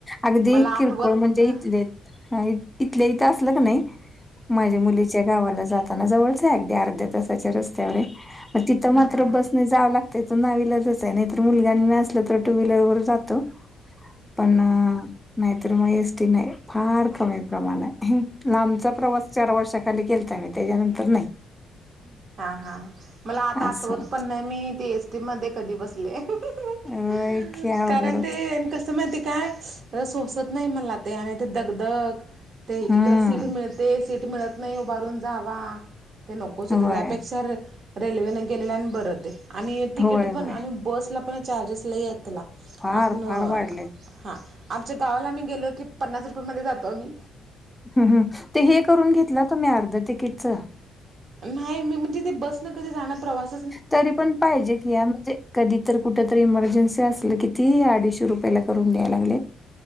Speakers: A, in the centre; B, on the right (about 55°).
A: अगदी
B: मला आठवत
A: किरकोळ म्हणजे
B: हा
A: इथले इथले इथं असलं का नाही माझ्या मुलीच्या गावाला जाताना जवळच अध्या अर्ध्या तासाच्या रस्त्यावर तिथं मात्र
B: हा
A: बस जावं लागतं इथ नावीलाजच आहे नाही तर मुलगां असलं तर टू व्हीलरवर जातो. पण नाहीतर मग एसटी नाही फार कमी प्रमाण आहे. लांबचा प्रवास चार वर्षाखाली केलाता मी त्याच्यानंतर नाही
B: हा हा मला आता
A: असं
B: आठवत पण नाही ते मी एसटी मध्ये कधी बसले बसले
A: होय की अवघडच
B: कारण ते त माहिती काय सोसत नाही मला ते आणि ते दगधग ते एकीकला
A: हम्म
B: सीट मिळते सीट मिळत नाही उभारून जावा ते नकोच होते
A: होय
B: रीतसर रेल्वेने गेलेल्या बरं तिकीट
A: होय
B: पण
A: होय
B: आणि बसला आणि बसला पण चार्जेस लय आहेत
A: फार
B: आपण
A: फार वाढलेत
B: हा आमच्या गावाला आम्ही गेलो की पन्नास रुपयमध्ये जातो आम्ही
A: हम्म हम ते हे करून घेतला तुम्ही अर्ध तिकीटच?
B: नाही मी म्हणजे ते बसन कधी जाणं प्रवास
A: तरी पण पाहिजे की या म्हणजे कधी तर कुठ तरी इमर्जन्सी असलं कि ती अडीचशे रुपयाला करून द्या लागले.